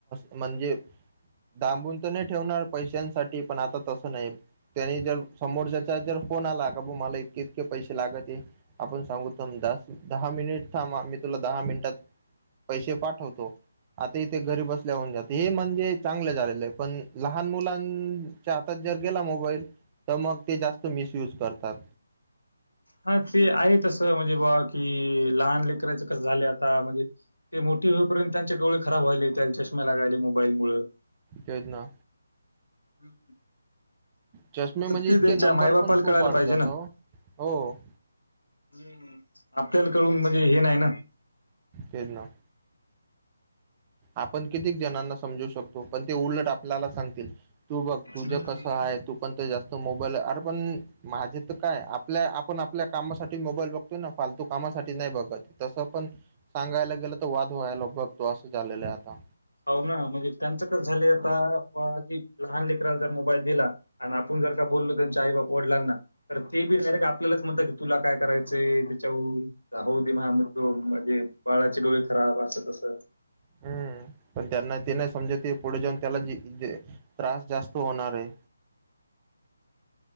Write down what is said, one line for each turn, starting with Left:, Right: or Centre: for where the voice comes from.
Right: म्हणजे डांबून तर नाही ठेवणार पैशांसाठी पण आता तसं नाही. त्यांनी जर समोरच्याच्या जर फोन आला का बू मला इतके इतके पैसे लागते. आपण सांगून <unintelligible> दहा मिनिट थांब मी तुला दहा मिनिटांत पैसे पाठवतो, आता इथे घरी बसल्या होऊन जात हे म्हणजे चांगले झालेले आहे. पण लहान मुलांच्या हातात जर गेला मोबाईल तर मग ते जास्त मिसयूज करतात.
Left: हा ते आहे तसं म्हणजे बा कि लहान लेकरांच कसं झालं आता म्हणजे ते मोठी होईपर्यंत त्यांचे डोळे खराब व्हायले त्या चष्म्या लागाले मोबाईलमुळं.
Right: तेच ना.
Left: हं.
Right: चष्मे म्हणजे
Left: तर ते
Right: इतके
Left: त्यांच्या
Right: नंबर
Left: आई-बापाला
Right: पण खूप
Left: कळायला
Right: वाढून
Left: पाहिजे
Right: जातो,
Left: ना.
Right: हो.
Left: हम्म, आपल्यालाकडून म्हणजे हे नाही ना
Right: तेच ना. आपण कितीेक जणांना समजू शकतो पण ते उलट आपल्याला सांगतेत. तू बघ तुझं
Left: हं.
Right: कसं आहे तू पण ते जास्त मोबाईल अरे पण माझे तर काय आपल्या आपण आपल्या कामासाठी मोबाईल बघ तो ना फालतू कामासाठी नाही बघत तसं पण सांगायला गेलं तर वाद व्हायला नको. तो असं झालेलं आहे आता.
Left: हो ना म्हणजे त्यांचं कसं झाले आता लहान लेकराला जर मोबाईल दिला आणि आपण जर का बोललो त्यांच्या आई बाप वडलांना तर ते बी डायरेक्ट आपल्यालाच म्हणतात की तुला काय करायचंय त्याच्यावरून. होऊ दे माझं मी बघतो म्हणजे बाळाचे डोळे खराब असं तसं.
Right: हम्म, पण त्यांना ते नाही समजते पुढे जाऊन त्याला जे जे त्रास जास्त होणारे.